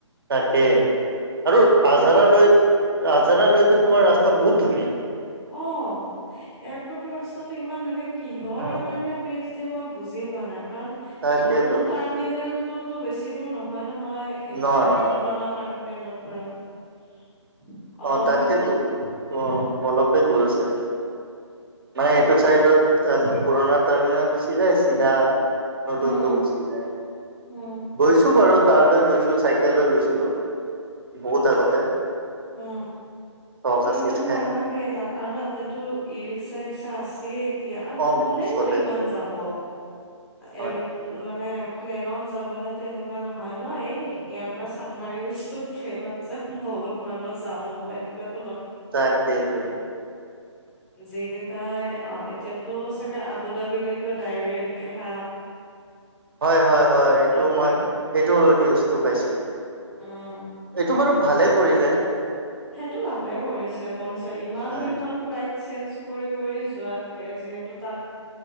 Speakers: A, on the right; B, in the centre.
A: তাকে আৰু আজাৰালৈ। আজাৰালৈতো তোমাৰ ৰাস্তা বহুত ধুনীয়া।
B: অ এয়াৰপৰ্টৰ ৰাস্তাটো ইমান ধুনীয়া। কিহৰ
A: অ
B: কাৰণে ব্ৰিজ দিয়ে মই বুজি পোৱা নাই কাৰণ
A: তাকেইতো
B: নতুন টাৰ্মিনেল। ততো বেছি দূৰ নহয় নহয়
A: নহয়
B: পুৰণা
A: নহয়
B: টাৰ্মিনেলৰ পৰা। অলপহে
A: অ তাকেইেতো
B: দূৰ।
A: অ অলপে দূৰ আছে। মানে এইটো চাইডত পুৰণা টাৰ্মিনেল গুচি যায় চিধা, নতুনতটো
B: উম,
A: গুচি যায়,
B: উম,
A: গৈছো বাৰু তালৈ গৈছো গৈছো চাইকেল লৈ গৈছিল বহুত আগতে।
B: উ
A: চখ আছিলে
B: ইমান নালাগে তাত আৰু তাতেতো ই ৰিক্সা ৰিক্সা আছেই এতিয়া আৰু
A: অ
B: কোনেনো
A: চলে
B: ইমান যাব
A: হয়
B: এ মানে। প্লেনত যাবলেতো এনেকুৱা নহয় নহ এই ইয়াৰ পৰা চান্দমাৰি গৈছোঁ প্লেনত যাম। বহুত মানুহ যাম হ'ব এনেকুৱা।
A: তাকেতো।
B: যিকেইটাই অ এতিয়াতো চাগে আবু ধাবিলৈকেও ডাইৰেক্ট হা।
A: হয় হয় হয় এইটো
B: পৰা
A: মই এইটো নিউজটো পাইছোঁ।
B: উম
A: এইটো বাৰু ভালে কৰিলে।
B: সেইটো ভালে কৰিছে, মোৰ হিচাপে ইমান
A: হয়
B: কিসণ ফ্লাইট চাঞ্চ কৰি কৰি যুৱাতকে, যিহেতু তাত